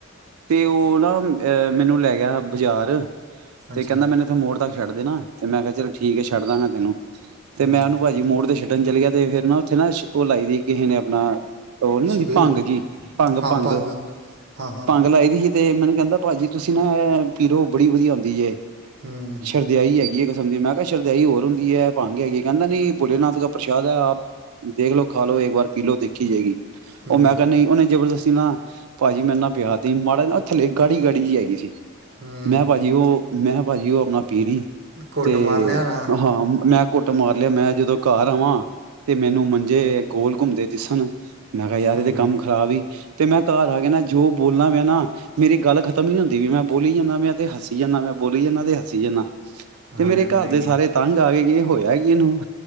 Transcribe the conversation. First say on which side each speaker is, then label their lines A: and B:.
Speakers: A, on the right; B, on the right.
A: ਤੇ ਉਹ ਨਾ ਅ ਮੈਨੂੰ ਲੈ ਗਿਆ ਬਾਜ਼ਾਰ ਤੇ
B: ਅੱਛਾ
A: ਕਹਿੰਦਾ ਮੈਨੂੰ ਇੱਥੇ ਮੋੜ ਤੱਕ ਛੱਡ ਦੇਨਾ ਤੇ ਮੈਂ ਕਿਹਾ ਚਲੋ ਠੀਕ ਹੈ ਛੱਡ ਦਾਂਗਾ ਤੈਨੂੰ ਤੇ
B: ਹਾਂ
A: ਮੈਂ ਉਹਨੂੰ ਭਾਜੀ ਮੋੜ ਤੇ ਛੱਡਣ ਚੱਲ ਗਿਆ ਤੇ ਫੇਰ ਨਾ ਉੱਥੇ ਨਾ ਉਹ ਲਾਈ ਦੀ ਕਿਸੇ ਨੇ ਆਪਣਾ ਉਹ ਨੀ
B: ਸ਼ਬੀਲ
A: ਹੁੰਦੀ ਭੰਗ ਜੀ ਭੰਗ-ਭੰਗ,
B: ਹਾਂ ਭੰਗ ਹਾਂ ਹਾਂ
A: ਭੰਗ ਲਾਈ ਦੀ ਸੀ ਤੇ ਮੈਨੂੰ ਕਹਿੰਦਾ ਭਾਜੀ ਤੁਸੀਂ ਨਾ ਪੀਲੋ ਬੜੀ ਵਧੀਆ ਹੁੰਦੀ ਜੇ।
B: ਹੂੰ
A: ਸਰਦੇਆਈ ਹੈਗੀ ਆ ਇੱਕ ਕਿਸਮ ਦੀ ਮੈਮ ਸਰਦੇਆਈ ਹੋਰ ਹੂੰਦੀ ਹੈ ਭੰਗ ਹੈਗੀ ਕਹਿੰਦਾ ਨਹੀਂ ਭੋਲੇ ਨਾਥ ਦਾ ਪ੍ਰਸ਼ਾਦ ਹੈ ਆਪ ਦੇਖਲੋ ਖਾ ਲੋਓ ਇੱਕ ਵਾਰ ਪੀ ਲੋਓ ਦੇਖੀ ਜਾਏਗੀ।
B: ਹੂੰ
A: ਉਹ ਮੈਂ ਕਿਹਾ ਨਈ ਉਹਨੇ ਜਬਰਦਸਤੀ ਨਾ ਭਾਜੀ ਮੈਂ ਨਾ ਪਿਆਤਿ ਮਾੜਾ ਜ ਨਾ ਥੱਲੇ ਗਾੜੀ ਗਾੜੀ ਜੀ ਹੈਗੀ ਸੀ
B: ਹੂੰ
A: ਮੈਂ ਭਾਜੀ ਉਹ ਮੈਂ ਭਾਜੀ ਉਹ ਆਪਣਾ ਪੀ ਲਈ
B: ਘੁੱਟ
A: ਤੇ
B: ਮਾਰ ਲਿਆ ਨਾ
A: ਹਾਂ ਮੈਂ ਕੁੱਟ ਮਾਰ ਲਿਆ ਮੈਂ ਜ ਦੋਂ ਘਰ ਆਵਾਂ ਤੇ ਮੈਨੂੰ ਮੰਜੇ ਗੋਲ ਘੁੰਮਦੇ ਦਿਸਣ ਮੈਂ ਕਿਹਾ ਯਾਰ
B: ਹੂੰ
A: ਇਹਦੇ ਕੰਮ ਖ਼ਰਾਬ ਈ ਤੇ ਮੈਂ ਘਰ ਆ ਕੇ ਨਾ ਜੋ ਬੋਲਣਾ ਮੈਂ ਨਾ ਮੇਰੀ ਗੱਲ ਖਤਮ ਨੀ ਹੁੰਦੀ ਪਈ। ਮੈਂ ਬੋਲੀ ਜਾਂਨਾ ਵੈਂ ਤੇ ਹਸੀ ਜਾਂਨਾ, ਮੈਂ ਬੋਲੀ ਜਾਂਦਾ ਤੇ ਹਸੀ ਜਾਂਨਾਂ।
B: ਹਾਂ
A: ਤੇ ਮੇਰੇ
B: ਏਦਾਂ
A: ਘਰ
B: ਹੀ
A: ਦੇ
B: ਹੁੰਦਾ
A: ਸਾਰੇ ਤੰਗ ਆ ਗਏ ਕਿ ਹੋਇਆ ਕੀ ਇਹਨੂੰ